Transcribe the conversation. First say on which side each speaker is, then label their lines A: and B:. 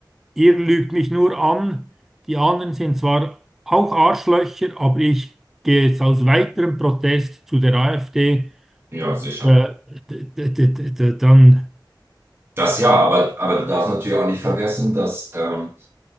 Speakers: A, in the centre; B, on the right (about 30°).
A: ihr lügt mich nur an, die anderen sind zwar auch Arschlöcher, aber ich gehe jetzt aus weiterem Protest zu der AfD,
B: Ja, sicher.
A: äh, d- d- d- d- d- dann,
B: Das ja, aber, aber du darfst natürlich auch nicht vergessen, dass ähm,